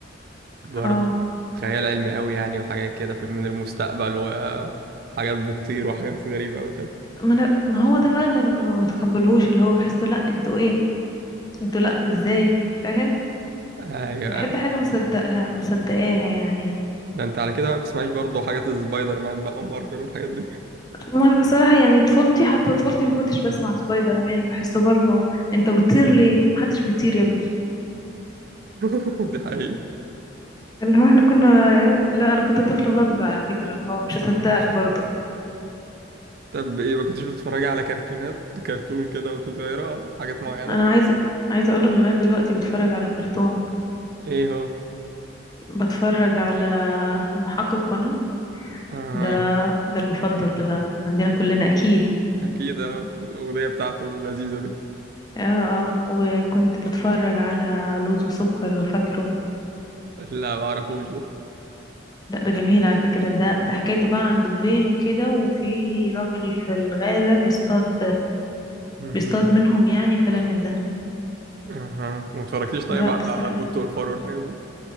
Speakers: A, on the right; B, on the left.
A: برضو
B: اه
A: خيال علمي قوي يعني وحاجات كده في- من المستقبل وحاجات بتطير وحاجات غريبة أوي كده
B: ما انا ما هو ده بقى اللي انا ما بتقبلهوش اللي هو بحسه لا انتوا ايه انتوا لا ازاي فاهم
A: ايوه
B: بحب حاجة مصدقها مصدقاها يعني
A: ده انت على كده بقى بتسمعيش برضه حاجات السبايدر مان بقى ام مارفل والحاجات دي
B: ما صراحة يعني طفولتي حتى طفولتي ما كنتش بسمع سبايدر مان بحسه برضه انت بتطير ليه محدش بيطير يا ابني
A: <laughs> دي حقيقة
B: اللي هو احنا كنا لا انا كنت طفلة ناضجة على فكرة اللي هو مش هصدقك برضه
A: طب ايه ما كنتش بتتفرجي على كرتونات كرتون كده وانت صغيرة حاجات معينة
B: انا عايزة عايزة اقولك لغاية دلوقتي بتفرج على كرتون
A: ايه هو
B: بتفرج على المحقق كونان
A: اه
B: ده ده المفضل ده بقى عندنا كلنا اكيد
A: اكيد اهو الاغنية بتاعته اللذيذة دي
B: اه آه. وكنت بتفرج على لوز وسكر لو فاكره
A: لا ما اعرفوش ده <laughs>
B: لا ده جميل على فكرة ده ده حكايته بقى عن دبين وكده وفي راجل في الغابة بيصطاد
A: مهم.
B: بيصطاد منهم يعني وكلام من ده
A: اها ما اتفرجتيش طيب
B: لا
A: على
B: بصراحة
A: القط والفار والحاجات دي